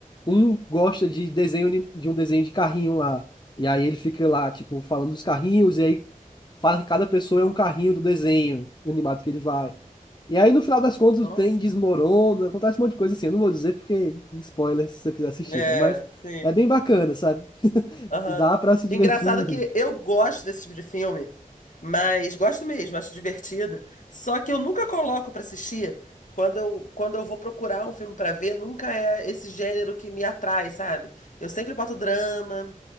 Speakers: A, on the left; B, on the left.
A: Um gosta de desenho ani- de um desenho de carrinho lá. E aí ele fica lá, tipo, falando dos carrinhos, e aí fala que cada pessoa é um carrinho do desenho animado que ele vai. E aí, no final das contas,
B: Nossa.
A: o trem desmorona, acontece um monte de coisa assim. Eu não vou dizer porque spoiler se você quiser assistir,
B: É,
A: né? Mas
B: sim.
A: é bem bacana, sabe?
B: Aham.
A: Dá pra se divertir.
B: Engraçado que eu gosto desse tipo de filme, mas gosto mesmo, acho divertido. Só que eu nunca coloco pra assistir. Quando eu, quando eu vou procurar um filme pra ver, nunca é esse gênero que me atrai, sabe? Eu sempre boto drama.